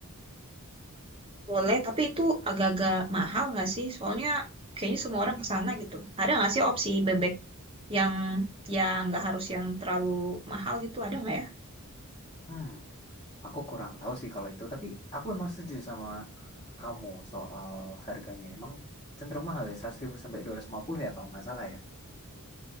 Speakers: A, on the right (about 25°); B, on the left (about 25°).
A: Boleh, tapi itu agak-agak mahal nggak sih? Soalnya kayaknya semua orang ke sana gitu. Ada nggak sih opsi bebek yang yang nggak harus yang terlalu mahal gitu? Ada nggak ya?
B: Hmm, aku kurang tahu sih kalau itu, tapi aku emang setuju sama kamu soal harganya. Emang cenderung mahal ya, seratus ribu sampai dua ratus lima puluh ya kalau nggak salah ya.